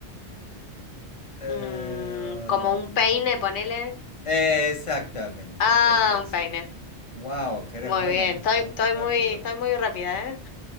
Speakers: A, on the left; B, on the left.
A: eh,
B: Mm, como un
A: um,
B: peine, ponele.
A: exactamente,
B: Ah,
A: es eso.
B: un peine.
A: Wow, que eres
B: Muy
A: buena
B: bien.
A: en esto,
B: Estoy,
A: ¿no?
B: estoy
A: Qué rápido.
B: muy, estoy muy rápida, ¿eh?